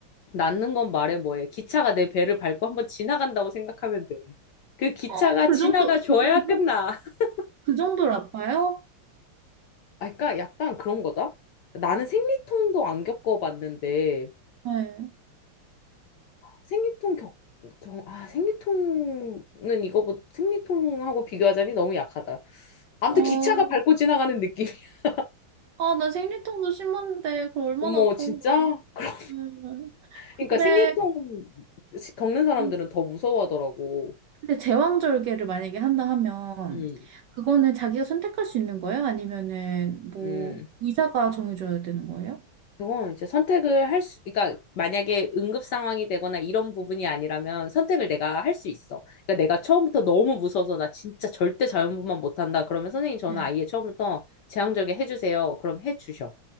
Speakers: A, on the left; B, on the right.
A: 낳는 건 말해 뭐해. 기차가 내 배를 밟고 한번 지나간다고 생각하면 돼. 그 기차가
B: 어, 그
A: 지나가줘야
B: 정도, 그 정도?
A: 끝나. <laughs>
B: 그 정도로 아파요?
A: 아, 그러니까 약간 그런 거다. 나는 생리통도 안 겪어봤는데
B: 네.
A: 생리통 겪, 겪 아, 생리통은 이거보다 생리통하고 비교하자니 너무 약하다. 아무튼
B: 어,
A: 기차가 밟고 지나가는 느낌. <laughs>
B: 아, 나 생리통도 심한데, 그 얼마나
A: 어머,
B: 아픈
A: 진짜?
B: 거야.
A: 그럼,
B: 음, 근데,
A: 그러니까 생리통 겪는 사람들은
B: 음,
A: 더 무서워하더라고.
B: 근데 제왕절개를 만약에 한다 하면,
A: 음,
B: 그거는 자기가 선택할 수 있는 거예요? 아니면은, 뭐,
A: 음.
B: 의사가 정해줘야 되는 거예요?
A: 그건 이제 선택을 할 수, 그러니까 만약에 응급 상황이 되거나 이런 부분이 아니라면 선택을 내가 할 수 있어. 그러니까 내가 처음부터 너무 무서워서 나 진짜 절대 자연분만 못한다. 그러면 선생님 저는
B: 네.
A: 아예 처음부터 제왕절개 해주세요. 그럼 해주셔.